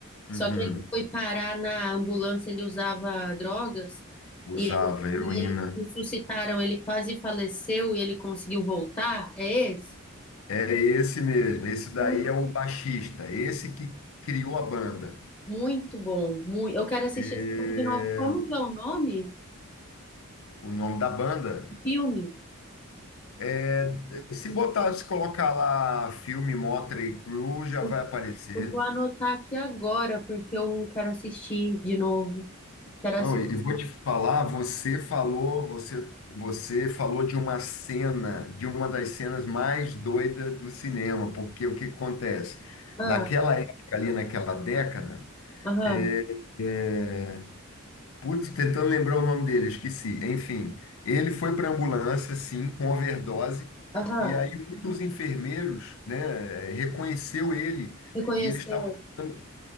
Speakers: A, on the left; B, on the left.
A: Só
B: Uhum.
A: que ele foi parar na ambulância, ele usava drogas e,
B: Usava
A: ele-
B: heroína.
A: e eles ressuscitaram, ele quase faleceu e ele conseguiu voltar. É esse?
B: É esse mesmo. Esse daí
A: Ui,
B: é o baixista. Esse que criou a banda.
A: Muito bom, muito. Eu quero assistir
B: É,
A: esse filme de novo. Como que é o nome
B: o nome da banda
A: do filme?
B: é. Se botar, se colocar lá filme Motley Crue, já
A: Eu,
B: vai aparecer.
A: eu vou anotar aqui agora porque eu quero assistir de novo. Quero
B: Não, e e vou te falar, você falou, você, você falou de uma cena, de uma das cenas mais doidas do cinema, porque o que que acontece?
A: Ah,
B: Naquela época ali, naquela década,
A: aham,
B: é, é, putz, tentando lembrar o nome dele, esqueci. Enfim, ele foi para ambulância, sim, com overdose,
A: aham.
B: e aí um dos enfermeiros, né, reconheceu ele,
A: Reconheceu.
B: e eles estavam tentando,